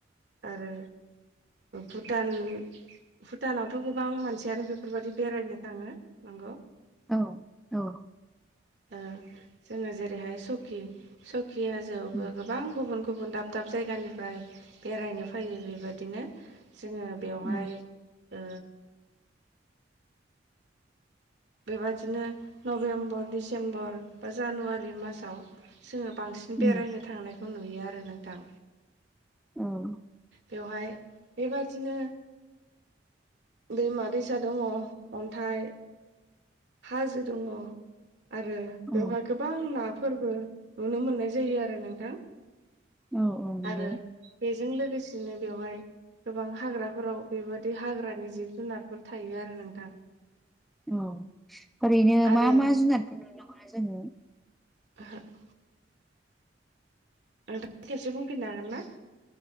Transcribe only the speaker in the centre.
औ औ
उम
उम
उम
औ
औ
औ औ औ नंगौ
औ ओरैनो
मा मा जुनारफोर नुनो‌ मोननाय जोङो?